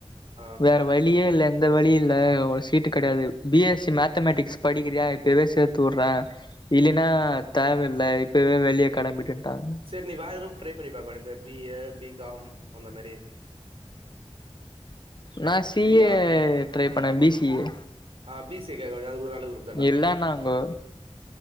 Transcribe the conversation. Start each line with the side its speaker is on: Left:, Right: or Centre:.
Right: ஆ
Left: வேற வழியே இல்ல எந்த வழி இல்ல ஒரு சீட் கெடையாது பி எஸ்சி மேத்தமெட்டிக்ஸ் படிக்கிறியா இப்பவே சேத்து வுடுறே இல்லின்னா
Right: ஆ
Left: தேவயில்ல இப்பவே வெளிய கெளம்பிடுன்டாங்க
Right: சரி நீ வேற குரூப் ட்ரை பண்ணி பாக்கவேண்டிதானே பி ஏ பி காம் அந்த மாரி
Left: நா சி
Right: இல்ல
Left: ஏ ட்ரை பண்ணே பி சி ஏ
Right: ஆ பி சி ஏ கேக்க வேண்டியதா அதுகூட நல்ல குருப்
Left: இல்ல நாங்கோ